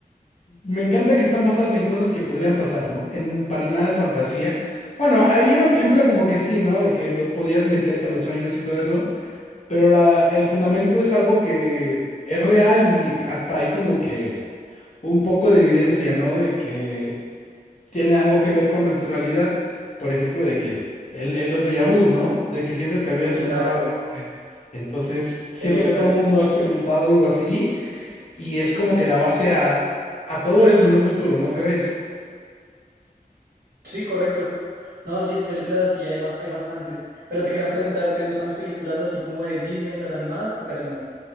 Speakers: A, on the left; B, on the right.
A: me encanta que están basadas en cosas que podrían pasar, ¿no? Que n- para nada es fantasía. Bueno, ahí en la película como que sí, ¿no? De que lo podías meterte a los sueños y todo eso, pero la, el fundamento es algo que es real y hasta hay como que un poco de evidencia, ¿no? De que tiene algo que ver con nuestra realidad. Por ejemplo, de que el- el- los déjà vus, ¿no? De que sientes que habías
B: exacto,
A: soñado algo antes. Entonces, siento
B: exacto,
A: que todo el mundo
B: sí,
A: ha experimentado algo así y es como que la base a, a todo eso en un futuro, ¿no crees?
B: sí, correcto. No, sí, películas así hay más, hay bastantes, pero te quería preguntar, ¿te gustan las películas así como de Disney, las animadas o casi no?